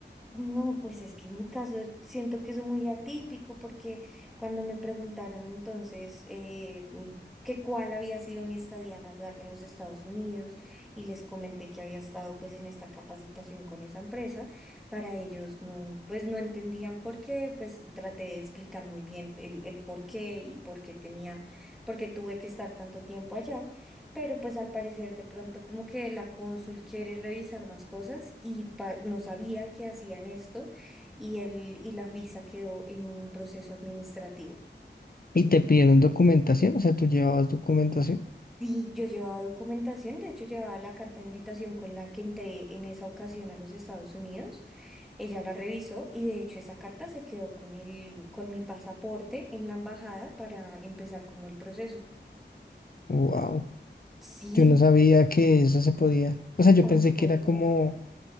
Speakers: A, in the centre; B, on the left.
A: No, pues es que en mi caso siento que es muy atípico porque cuando me preguntaron entonces eh, mm, que cuál había sido mi estadía más larga en los Estados Unidos y les comenté que había estado pues en esta capacitación con esa empresa, para ellos no, pues no entendían por qué, pues traté de explicar muy bien el, el por qué y por qué tenía, por qué tuve que estar tanto tiempo allá. pero pues al parecer de pronto como que la cónsul quiere revisar más cosas y pa- no sabía que hacían esto y, el, y la visa quedó en un proceso administrativo.
B: ¿Y te pidieron documentación? O sea, ¿tú llevabas documentación?
A: Y yo llevaba documentación, de hecho llevaba la carta de invitación con la que entré en esa ocasión a los Estados Unidos. Ella la revisó y de hecho esa carta se quedó con el, con mi pasaporte en la embajada para empezar como el proceso.
B: Wow,
A: Sí,
B: yo no sabía que eso se podía. O sea, yo
A: tampoco.
B: pensé que era como,